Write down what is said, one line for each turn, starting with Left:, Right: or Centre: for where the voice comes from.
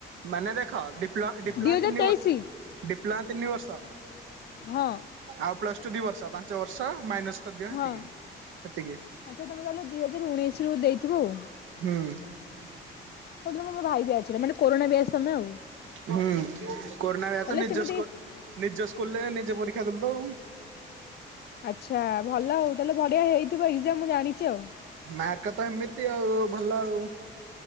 Right: ମାନେ ଦେଖଡି ଡି-
Left: ଦୁଇ ହଜାର
Right: ତିନି
Left: ତେଇଶି
Right: ଡିପ୍ଲାଁ ତିନି ବର୍ଷ।
Left: ହଁ
Right: ଆଉ ପ୍ଲସ ଟୁ ଦି ବର୍ଷ ପାଞ୍ଚ ବର୍ଷ ମାଇନ୍ସ କରିଦିଅ।
Left: ହଁ
Right: ହେତିକି
Left: ଆଚ୍ଛା ତମେ ତାହେଲେ ଦିଇ ହଜାର ଉଣେଇଶ ରୁ ଦେଇଥ ଆଉ।
Right: ହୁଁ
Left: ସେଦିନଁ ମୋ ଭାଇ ବାଚ୍ ର ମାନେ କରୋନା ବ୍ୟାଚ ତମେ।
Right: ହୁଁ କରୋନା ବ୍ୟାଚ
Left: ତାହେଲେ
Right: ନିଜ
Left: ସେମିତି
Right: ସ୍ ନିଜ ସ୍କୁଲଲେ ନିଜେ ପରି ଦେଖାଦଲ।
Left: ଆଚ୍ଛା ଭଲ ଆଉ ତାହେଲେ ବଢିଆ ହେଇଥିବ ଏକ୍ଜାମ ମୁ ଜାଣିଛି ଆଉ।
Right: ମାର୍କ ତ ଏମିତି ଆଉ, ଭଲ ଆଉ